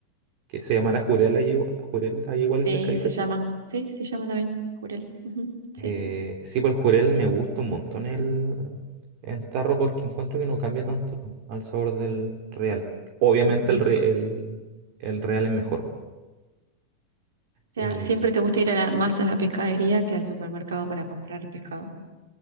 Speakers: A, on the right; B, on the right.
A: que se llamará jurel ahí igual, jurel ahí igual
B: sí,
A: el pescadito
B: se llama.
A: este.
B: Sí, se llama también, jurel. Ujú, Sí,
A: Eh, sí, por el jurel me gusta un montón el, el tarro porque encuentro que no cambia tanto al sabor del real. Obviamente
B: qué rico.
A: el, re-
B: O
A: el, el real es mejor. po.
B: sea,
A: Eh,
B: siempre te gusta ir a la- más a la pescadería que al supermercado para comprar pescado.